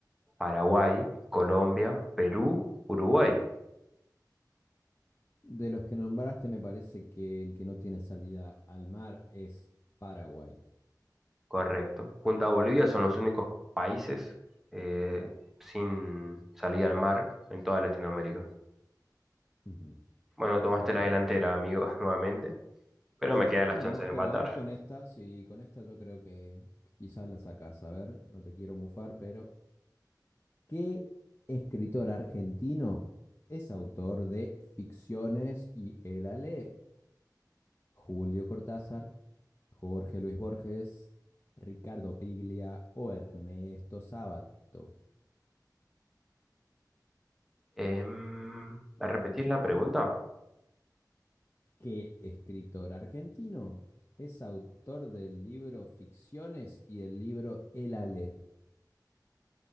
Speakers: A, in the centre; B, on the left (about 30°).
A: Paraguay, Colombia, Perú, Uruguay.
B: De los que nombraste, me parece que el que no tiene salida al mar es Paraguay.
A: Correcto. Junto a Bolivia son los únicos países eh, sin salida al mar en toda Latinoamérica.
B: Ujú,
A: Bueno, tomaste
B: Exactamente.
A: la delantera, amigo, <laughs> nuevamente, pero me quedan
B: Bueno,
A: las chances de
B: pero
A: empatar.
B: a ver con esta, sí, con esta yo creo que, que quizás la sacás. A ver, no te quiero mufar, pero ¿qué escritor argentino es autor de Ficciones y El Aleph? Julio Cortázar, Jorge Luis Borges, Ricardo Piglia o Ernesto Sábato.
A: Em, ¿me repetís la pregunta?
B: ¿Qué escritor argentino es autor del libro Ficciones y del libro El Aleph?